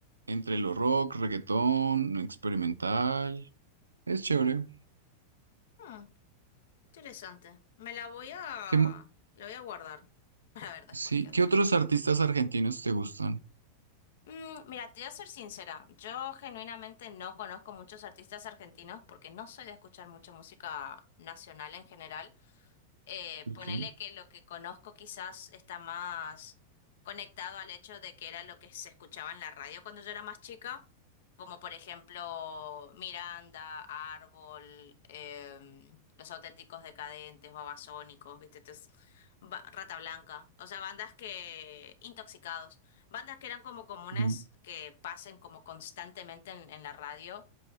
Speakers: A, on the right; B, on the left.
A: Entre lo rock, reggaetón, experimental. Es chévere.
B: Hmm, interesante. Me la voy a...
A: ¿Qué, ma-
B: La voy a guardar <laughs> para ver después
A: sí,
B: qué
A: ¿qué
B: onda.
A: otros artistas argentinos te gustan?
B: Mm, mira, te voy a ser sincera. Yo genuinamente no conozco muchos artistas argentinos porque no soy de escuchar mucha música nacional en general. eh,
A: Ok.
B: ponele que lo que conozco quizás está más conectado al hecho de que era lo que se escuchaba en la radio cuando yo era más chica, como por ejemplo Miranda, Árbol, em, Los Auténticos Decadentes, Babasónicos, ¿viste? Entonces, ba- Rata Blanca, o sea, bandas que, intoxicados, bandas que eran como comunes
A: Mm.
B: que pasen como constantemente en, en la radio